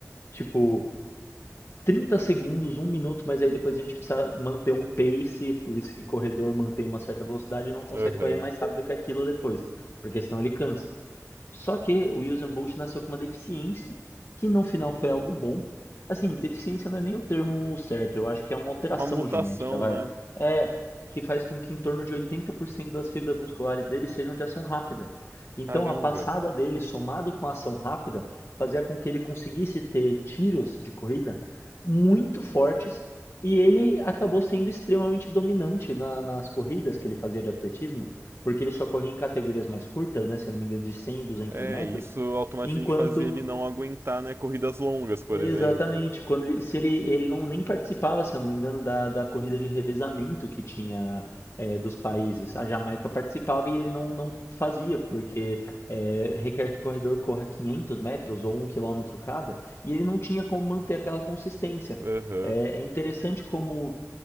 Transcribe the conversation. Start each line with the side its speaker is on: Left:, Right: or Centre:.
Left: tipo 30 segundos, um minuto, mas aí depois a gente precisa manter um pace, por isso que corredor mantém uma certa velocidade e não consegue
Right: Aham.
Left: correr mais rápido que aquilo depois, porque senão ele cansa. Só que o Usain Bolt nasceu com uma deficiência, que no final foi algo bom. Assim, deficiência não é nem o termo certo, eu acho que é uma alteração
Right: Uma mutação,
Left: genética, vai.
Right: né?
Left: É, que faz com que em torno de 80% das fibras musculares dele sejam de ação rápida. Então,
Right: Caramba.
Left: a passada dele, somado com a ação rápida, fazia com que ele conseguisse ter tiros de corrida muito fortes e ele acabou sendo extremamente dominante na- nas corridas que ele fazia de atletismo porque ele só corria em categorias mais curtas, né, se eu não me engano, de 100 e 200
Right: É,
Left: metros,
Right: isso automaticamente
Left: enquanto
Right: fazia ele não aguentar, né, corridas longas, por
Left: Exatamente,
Right: exemplo.
Left: quando ele, se ele, ele não nem participava, se eu não me engano, da, da corrida de revezamento que tinha é, dos países. A Jamaica participava e ele não, não fazia, porque é, requer que o corredor corra 500 metros ou um quilômetro cada, e ele não tinha como manter aquela consistência.
Right: Aham.
Left: É, é interessante como